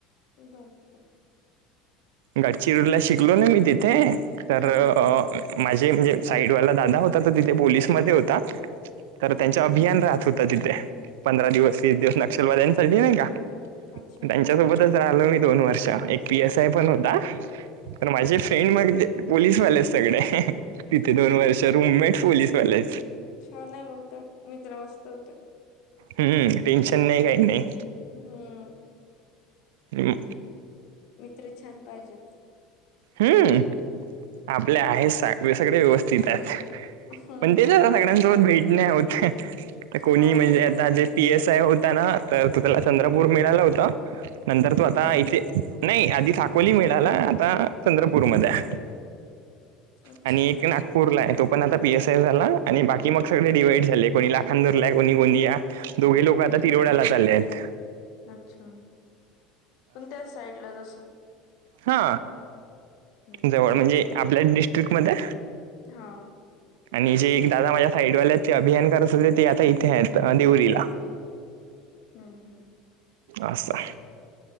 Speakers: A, on the left; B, on the right.
A: ब ब
B: गडचिरोला शिकलो ना मी तिथे तर
A: हम्म हम्म हम्म
B: माझे म्हणजे साईडवाला दादा होता त तिथे पोलीसमध्येध्ये होता तर
A: हम्म
B: त्यांच
A: हम्म
B: अभियान
A: हम्म
B: राहत होतं तिथे पंधरा दिवस वीस दिवस नक्षलवाद्यांसाठी नाही का
A: अच्छा.
B: त्यांच्यासोबतच राहिल मी दोन वर्ष एक पी एस आय पण होता तर माझे
A: डॉक्टर
B: फ्रेंड मग ते पोलीसवाले सगळे तिथे दोन वर्ष रुममेट पोलीस पले
A: छान आहे मग ते मित्र मस्त होते
B: हम्मम टेन्शन नाही काही नाही
A: हम्म
B: हे
A: मित्र छान पाहिजेत
B: हम्म आपले आहेत सगळे व्यवस्थित आहेत
A: हम्म
B: पण तेच सगळ्यांसोबत भेटणे होते कोणी
A: हो
B: म्हणजे
A: ते
B: आता
A: तर आहेच
B: जे पी एस आय हो ना तर तू त्याला चंद्रपूर मिळाला होता नंतर
A: हम्म
B: तू आता
A: हम्म
B: इथे नाही आधी साकोली मिळाला आता चंद्रपूरमध्येध्ये आहे
A: अच्छा.
B: आणि एक ना पुूरला आहे तो पण आता पी एस आय झाला आणि बाकी मग सगळे डिवाइड झाले कोणी लाखांदूरला आहे कोणी कोणणी या दोघे लोक आता
A: हम्म
B: तिरोवडाला
A: हम्म हम्म
B: चालले आहेत.
A: अच्छा पुण त्याच साईड ला जसो
B: हा
A: हम्म
B: जवळ म्हणजे आपल्या डिस्ट्रिक्ट मध्ये
A: हा
B: आणि जे एक दादा माझ्या साईडवाल्यात ते अभियान करत होते ते आता इथे आहेत देवरीला
A: हम्म हम्
B: असछा.